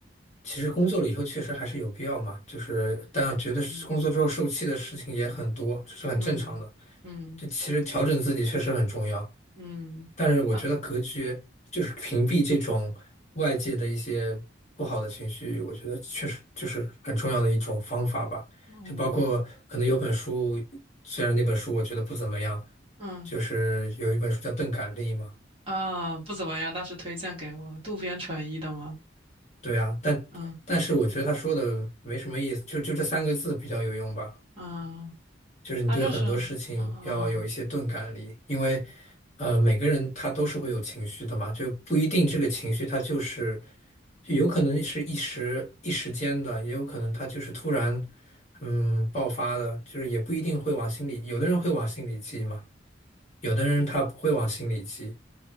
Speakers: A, on the left; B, on the right.
A: 其实工作了以后确实还是有必要嘛。就是，但觉得是工作之后受气的事情也很多，
B: 嗯
A: 这是很正常的。
B: 嗯嗯
A: 就其实调整自己确实很重要。
B: 嗯，
A: 但是我觉得格局就是屏蔽这种外界的一些不好的情绪，
B: 那
A: 我觉得确实就是很重要的一种方法吧。
B: 嗯。
A: 就包括可能有本书，虽然那本书我觉得不怎么样，
B: 嗯
A: 就是有一本书叫《钝感力》嘛，
B: 啊，不怎么样，但是推荐给我渡边淳一的吗？
A: 对啊，但但是我觉得他说的没什么意思，
B: 嗯
A: 就就这三个字比较有用吧。
B: 嗯，
A: 就是你对很多事情要有一些钝感力，
B: 他就是嗯嗯
A: 因为，呃，每个人他都是会有情绪的嘛，就不一定这个情绪他就是，就有可能是一时一时间的，也有可能他就是突然，嗯，爆发的，就是也不一定会往心里，有的人会往心里记嘛，有的人他不会往心里记，